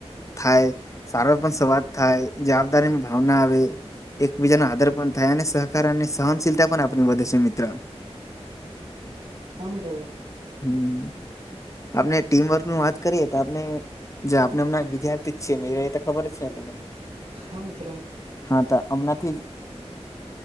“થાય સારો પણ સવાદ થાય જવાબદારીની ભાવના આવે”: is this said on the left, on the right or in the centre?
Left